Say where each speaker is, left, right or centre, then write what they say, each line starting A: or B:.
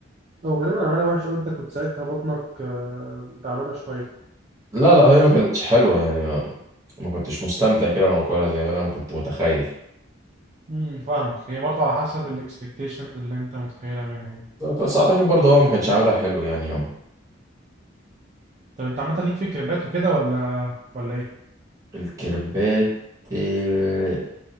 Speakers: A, on the right; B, on the right.
A: هو غالبا عملها وحش قوي انت كنت ساعتها بطنك آه، تعبانه شويه
B: لا لا هي ما كانتش حلوه يعني ما, ما كنتش مستمتع كده وانا باكلها زي ما انا ما كنت متخيل
A: امم فاهمك هي برضه على حسب الاكسبكتيشنز اللي انت متخيلها منها يعني
B: بس اعتقد برضه هو ما كانش عاملها حلو يعني يوم
A: طب انت عامه ليك في الكريبات وكده ولا ولا ايه
B: الكريبات آه،